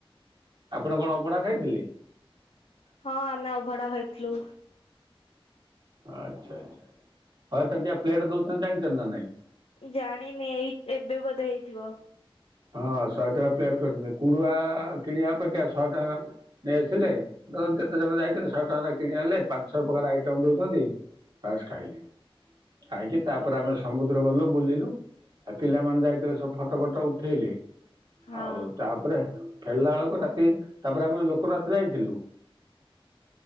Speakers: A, on the right (about 50°); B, on the left (about 80°).
A: ଆପଣ କଣ ଅବଢା ଖାଇଥିଲେ।
B: ହଁ ଆମେ ଅଭଢା ଖାଇଥିଲୁ।
A: ଆଚ୍ଛା ଆଚ୍ଛା ସହେ ଟଙ୍କିଆ ପ୍ଲେଟ ଦୋଉଚନ୍ତି ଜାଣିଚନ୍ତି ନା ନାଇଁ।
B: ଜାଣିନି ଏଇ ଏବେ ବୋଧେ ହେଇଥିବ।
A: ହଁ ଶହେ ଟଙ୍କା ପ୍ଲେଟ କରିଚନ୍ତି କୁଡୁଆ କିଣିବା ଅପେକ୍ଷା ଶହେ ଟଙ୍କା ନେଇ ଆସିଲେ ଯେତେ ଜଣ ଯାଇଛନ୍ତି ଶହେ ଟଙ୍କା କିଣି ଆଣିଲେ ପାଞ୍ଚ ଛହ ପ୍ରକାର ଆଇଟମ ଦୋଉଚନ୍ତି। ପାସ୍ ଖାଇଲେ। ଖାଇକି ତାପରେ ଆମେ ସମୁଦ୍ର ଗଲୁ ବୁଲିଲୁ ଆଉ ପିଲାମାନେ ଯାଇଥିଲେ ସବୁ ଫଟ ଫଟ ଉଠ ଉଠେଇଲି
B: ହଁ
A: ଆଉ ତାପରେ ଫେରିଲା ବେଳକୁ ରାତି ତାପରେ ଆମେ ଲୋକନାଥ ଯାଇଥିଲୁ।